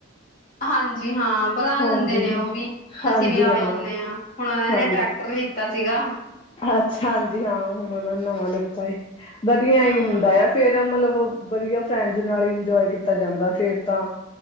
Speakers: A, on the left (about 40°); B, on the left (about 25°).
A: ਹਾਂਜੀ ਹਾਂ ਬੁਲਾ
B: ਹਾਂਜੀ
A: ਲੈਂਦੇ ਨੇ
B: ਹਾਂ
A: ਉਹ ਵੀ ਅਸੀਂ
B: ਹਾਂਜੀ
A: ਵੀ ਆ
B: ਹਾਂ
A: ਜਾਂਦੇ ਆਂ। ਹੁਣ ਉਨਾਂ
B: ਹਾਂਜੀ
A: ਨੇ ਟਰੈਕਟਰ ਲਿੱਤਾ ਸੀਗਾ
B: ਅੱਛਾ ਹਾਂਜੀ ਹਾਂ ਹੁਣ ਓਨੇ ਨੇ ਨਵਾ ਲਿਤਾ ਏ ਵਧੀਆ
A: ਹਾਂ
B: ਐਈ ਹੁੰਦਾ ਆ ਫੇਰ ਮਲਬ- ਵਧੀਆ ਫਰੈਂਡਸ ਨਾਲ ਈ ਇੰਜੋਏ ਕੀਤਾ ਜਾਂਦਾ ਫੇਰ ਤਾਂ